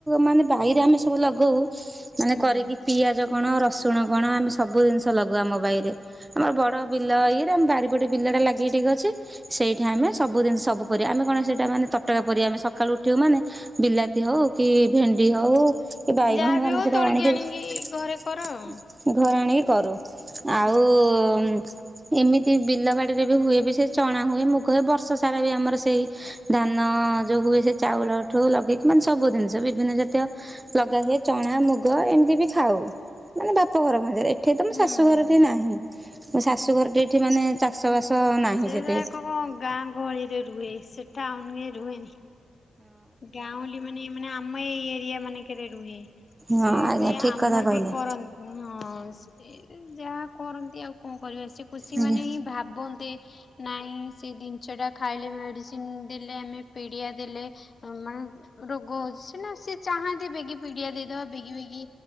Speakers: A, on the right; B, on the left.
A: ମାନେ ବାଇରେ ଆମେ ସବୁ ଲଗଉ ମାନେ
B: ହୁଁ
A: କରିକି ପିଆଜ କଣ ରସୁଣ କଣ ଆମେ ସବୁ ଜିନିଷ ଲଗାଉ ଆମ ବାଇରେ ।ଆମର ବଡ଼ ବିଲ ଇଏରେ ଆମ ବାରିପଟେ ବିଲଟା ଲାଗିକି ଟିକେ ଅଛି ସେଇଠି ଆମେ ସବୁଦିନି ସବୁ ପରିବା ଆମେ କଣ ସେଇଟା ମାନେ ତଟକା ପରିବା ଆମେ ସକାଳୁ ଉଠିବୁ ମାନେ ବିଲାତି ହଉ କି, ଭେଣ୍ଡି ହେଉ କି ବାଇଗଣ
B: ଯାହାବି
A: ହଉ ଆମେ ସେଇଟା
B: ତୋଳିକି
A: ଆଣିକି
B: ଆଣିକି ଘରେ କର ଆଉ।
A: ଘରେ ଆଣିକି କରୁ। ଆଉ-ଉ-ଉ-ଉ
B: ହୁଁ।
A: ଏମିତି ବିଲ ବାଡିରେ ବି ହୁଏ ବି ସେ ଚଣା ହୁଏ ମୁଗ ହୁଏ। ବର୍ଷ ସାରା ବି ଆମର ସେଇ ଧାନ ଅଁ ଯୋଉ ହୁଏ ସେ ଚାଉଳଠୁ ଲଗେଇକି ମାନେ ସବୁ ଜିନିଷ ବିଭିନ୍ନ ଜାତୀୟ ଲଗା ହୁଏ। ଚଣା ମୁଗ ଗ ଏମିତି ବି ଖାଉ ମାନେ ବାପ ଘର ଖଞ୍ଜାରେ। ଏଠି ତ ମୋ
B: ହୁଁ
A: ଶାଶୁ ଘରଟି
B: ହୁଁ।
A: ନାହିଁ। ମୋ ଶାଶୁ ଘରଟି ଏଠି ମାନେ ଚାଷ ବାସ ନାହିଁ
B: ସେରା
A: ସେତେ
B: ଏକ କଣ ଗାଁ ଗହଳିରେ ରୁହେ ସେଟା ଅନେଇ ରୁହେନି। ଗାଁଉଁଲି ମାନେ ମାନେ ଆମ ଏଇ ଦିଆ ମାନେଙ୍କେରେ ରୁହେ ।ସେ
A: ହଁ
B: ଏବେ
A: ଆଜ୍ଞା ଠିକ
B: ଆମର
A: କଥା କହିଲେ
B: ବି କର ହଁ ଏ ଯେମି ଯାହା କରନ୍ତି ଆଉ କଣ କରିବା ସେ କୃଷି
A: ଆଜ୍ଞା
B: ମାନେ ହିଁ ଭାବନ୍ତେ ନାଇଁ ସେ ଜିନିଷ ଟା ଖାଇଲେ ମେଡିସିନ୍ ଦେଲେ ଆମେ ପିଡିଆ ଦେଲେ ମାନେ ରୋଗ ହଉଛି ସିନା ସିଏ ଚାହାନ୍ତି ବେଗି ପିଡିଆ ଦେଇଦବା ବେଗି ବେଗି